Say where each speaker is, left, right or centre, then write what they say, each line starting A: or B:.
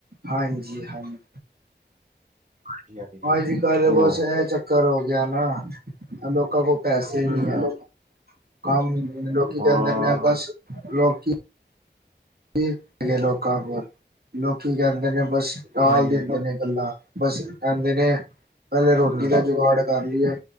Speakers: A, on the right; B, on the right.
A: ਹਾਂਜੀ--ਹਾਜ਼ੀ
B: ਹਾਂਜੀ-ਹਾਂਜੀ।
A: ਹਾਂਜੀ, ਕੱਲ
B: ਉਹ
A: ਬਸ ਇਹ ਚੱਕਰ ਹੋ ਗਿਆ ਨਾ, ਲੋਕਾਂ ਕੋਲ? ਪੈਸੇ, ਨਹੀਂ
B: ਹੂੰ
A: ਹੈ ਅੱਜ, ਕੰਮ ਦਿੰਦੇ, ਲੋਕੀ ਕੇ
B: ਹਾਂ,
A: ਕਹਿਦੇ ਨੇ ਬਸ ਲੋਕੀ ਕੀ ਲੋਕਾਂ ਕੋਲ, ਲੋਕੀ ਕਹਿੰਦੇ ਨੇ, ਬਸ ਟਾਲ
B: ਹਾਂਜੀ-ਹਾਂਜੀ,
A: ਦਿੰਦੇ ਨੇ ਗੱਲਾਂ ਬਸ ਕਹਿੰਦੇ ਨੇ, ਪਹਿਲੇ ਰੋਟੀ
B: ਹੂੰ,
A: ਦਾ ਜੁਗਾੜ ਕਰ ਲਈਏ,